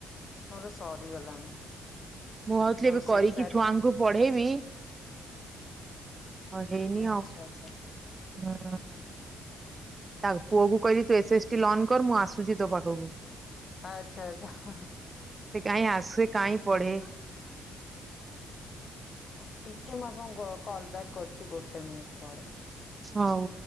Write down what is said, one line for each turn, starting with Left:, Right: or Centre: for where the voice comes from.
Left: ମୋର ସରିଗଲାଣି।
Right: ମୁଁ ଭାବୁଥିଲି
Left: ରୋଷେଇ
Right: ଏବେ କରିକି
Left: ସାରିକି
Right: ଛୁଆଙ୍କୁ ପଢେଇମି। ପଢ଼େଇନି
Left: ଆଚ୍ଛା
Right: ଆଉ
Left: ଆଚ୍ଛା
Right: ହଁ ତା ପୁଅ କୁ କହିଲି ତୁ ଏସ ଏସ୍ ଟି ଲଞ୍ଚ କର ମୁଁ ଆସୁଛି ତୋ ପାଖକୁ
Left: ଆଚ୍ଛା ଆଚ୍ଛା ହଁ ହଁ।
Right: ସେ କାଇଁ ଆସେ କାଇଁ ପଢେ
Left: ହ ଟିକେ ମୁଁ ଆପଣଙ୍କୁ କଲ୍ ବ୍ୟାକ୍ କରୁଛି ଗୋଟେ ମିନିଟ୍ ପରେ
Right: ହଉ।